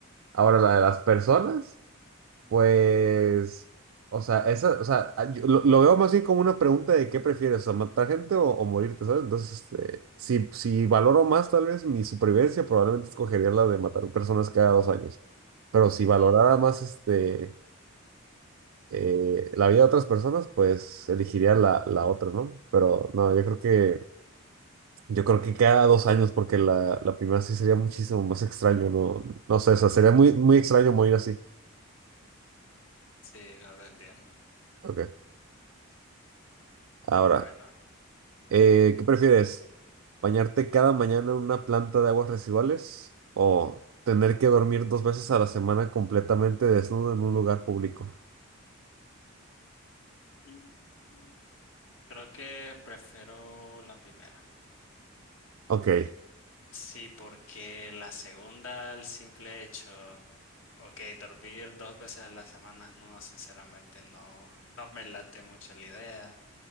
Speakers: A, on the right; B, on the left.
A: Ahora, la de las personas, pues, o sea, esa, o sea, a- yo lo, lo veo más bien como una pregunta de qué prefieres, o sea, matar gente o, o morirte, ¿sabes? Entonces, este, si, si valoro más tal vez mi supervivencia, probablemente escogería la de matar personas cada dos años. Pero si valorara
B: Mm,
A: más este eh, la vida de otras personas, pues elegiría la, la otra, ¿no? Pero no, yo creo que, yo creo que cada dos años, porque la, la primera sí sería muchísimo más extraño, no, no sé, o sea, sería muy, muy extraño morir así.
B: Sí, no te entiendo.
A: Ok, ahora,
B: Bueno,
A: eh, ¿qué prefieres? ¿Bañarte cada mañana en una planta de aguas residuales o tener que dormir dos veces a la semana completamente desnudo en un lugar público?
B: mm, creo que prefiero la primera.
A: Ok,
B: Sí, porque la segunda, el simple hecho, ok, dormir dos veces a la semana, no, sinceramente no, no me late mucho la idea.